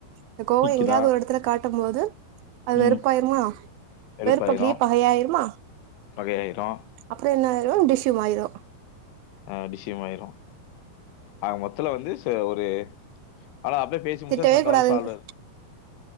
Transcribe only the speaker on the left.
நிக்குதா
ம்
வெறுப்பாயிரும்
வகையாயிரும்.
ஆ <unintelligible> ஆக மொத்தல வந்து ஆ ஒரு ஆனா அப்டே பேசி பேசி
தா சண்ட
வந் சால்வ் ஆய்